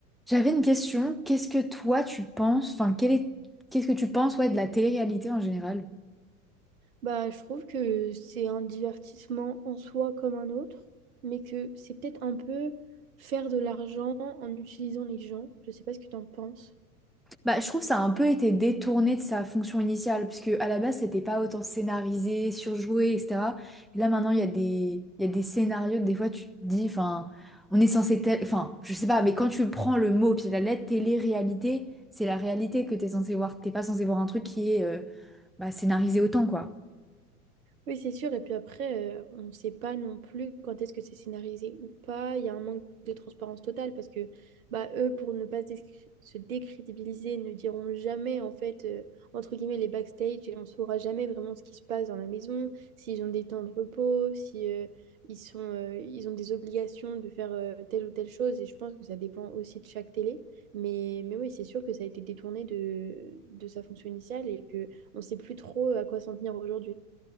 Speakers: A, in the centre; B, on the right.
A: J'avais une question. Qu'est-ce que toi tu penses, enfin, quel est, qu'est-ce que tu penses, ouais, de la télé-réalité en général?
B: Bah, je trouve que c'est un divertissement en soi comme un autre, mais que c'est peut-être un peu faire de l'argent en utilisant les gens. Je sais pas ce que tu en penses.
A: Bah, je trouve que ça a un peu été détourné de sa fonction initiale, parce que à la base, c'était pas autant scénarisé, surjoué, etc. Et là, maintenant, il y a des, il y a des scénarios que des fois, tu te dis, enfin, on est censé, tel- enfin, je sais pas, mais quand tu prends le mot, puis la lettre télé-réalité, c'est la réalité que t'es censé voir. T'es pas censé voir un truc qui est, euh, bah, scénarisé autant, quoi.
B: Oui, c'est sûr. Et puis après, euh, on ne sait pas non plus quand est-ce que c'est scénarisé ou pas. Il y a un manque de transparence totale parce que bah, eux, pour ne pas se déscr- se décrédibiliser, ne diront jamais, en fait, euh, entre guillemets, les backstage et on ne saura jamais vraiment ce qui se passe dans la maison, s'ils ont des temps de repos, si euh, ils sont, euh, ils ont des obligations de faire euh, telle ou telle chose. Et je pense que ça dépend aussi de chaque télé. Mais, mais oui, c'est sûr que ça a été détourné de, de sa fonction initiale et que on ne sait plus trop à quoi s'en tenir aujourd'hui.